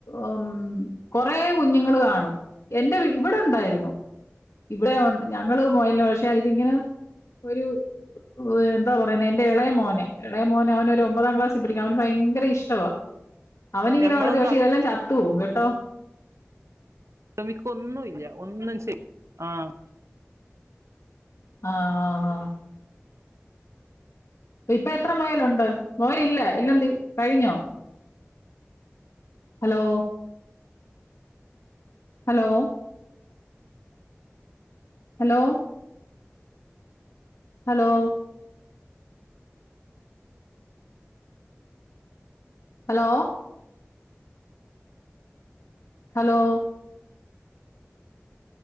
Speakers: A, on the left; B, on the right.
A: ഉം കൊറേ കുഞ്ഞുങ്ങള് കാണും എന്റെ ഇവിടെ ഒണ്ടാരുന്നു ഇവിടെ ഒണ്ട് ഞങ്ങള് മുയലിനെ പക്ഷെ അതിങ്ങനെ ഒരു ഒ എന്താ പറയുന്നേ എന്റെ എളയ മോനെ എളയ മോനെ അവനൊരു ഒബ ഒമ്പതാം ക്ലാസ്സി പഠിക്ക അവന് ഭയങ്കര ഇഷ്ടവാ അവനിങ്ങനെ
B: ഞമ്മളൊന്നും
A: വളത്തി പക്ഷെ
B: അക്ര
A: ഇതെല്ലാം ചത്ത് പോവും കേട്ടോ
B: <unintelligible> ക്കൊന്നുവില്ല ഒന്നും ചെ ആഹ്
A: ആഹ് ആഹ് ആഹ് അപ്പ ഇപ്പ എത്ര മൊയലൊണ്ട് മൊയലില്ല എല്ലാം തീ കഴിഞ്ഞോ hello hello hello hello hello hello